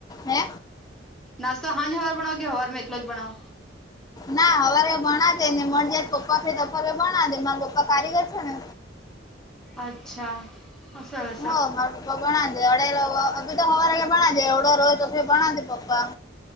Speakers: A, on the left; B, in the centre.
A: હે
B: નાસ્તો હાજ હવાર બનાઓ કે હવારમાં એકલો જ બનાો
A: ના હવારે ભણા દે ને મળ જયારે પપ્પા છેરે ભણા દે મારા પપ્પા કારીગર છે ને
B: અચ્છા હ સર
A: હ મારા પપ્પા ભણ દે અડ અ તો હવા કે પણણાજે ઓવડો રોજ તો પણણાજે પપ્પા